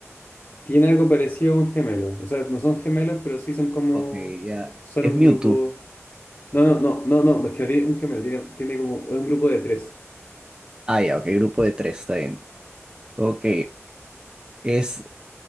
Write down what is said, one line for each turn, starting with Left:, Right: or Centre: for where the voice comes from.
Left: Tiene algo parecido a un gemelo. O sea, no son gemelos, pero sí son como.
Right: Ok, ya,
Left: Son
Right: es
Left: un
Right: Mewtwo.
Left: grupo. No, no, no, no, no. Es que no tiene un gemelo, tiene, tiene como. Es un grupo de tres.
Right: Ah, ya, ok, grupo de tres, está bien. Ok, es,